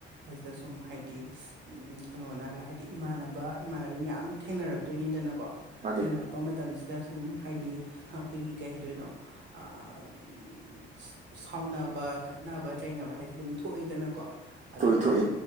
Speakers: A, on the right (about 65°); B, on the right (about 35°).
A: ꯍꯁꯗ ꯁꯨꯝ ꯍꯥꯏꯗꯤ ꯎꯝ ꯀꯩꯅꯣꯅꯒ ꯍꯥꯏꯗꯤ ꯏꯃꯥꯟꯅꯕ ꯏꯃꯥꯟꯅꯕꯤ ꯃꯌꯥꯝ ꯊꯦꯡꯅꯔꯛ ꯇꯣꯏꯅꯤꯗꯅꯀꯣ
B: ꯃꯥꯅꯤ
A: ꯊꯦꯡꯅꯔꯛ ꯄꯥ ꯃꯇꯝꯁꯤꯗ ꯁꯨꯝ ꯍꯥꯏꯗꯤ ꯑꯈꯣꯏꯒꯤ ꯀꯩ ꯍꯥꯏꯗꯣꯏꯅꯣ ꯑꯥ ꯎꯝ ꯁꯥꯎꯅꯕ ꯈꯠꯅꯕ ꯆꯩꯅꯕ ꯍꯥꯏꯁꯦ ꯑꯗꯨꯝ ꯊꯣꯛꯏꯗꯅꯀꯣ ꯑꯗꯨꯃꯥꯏꯅ
B: ꯊꯣꯛꯏ ꯊꯣꯛꯏ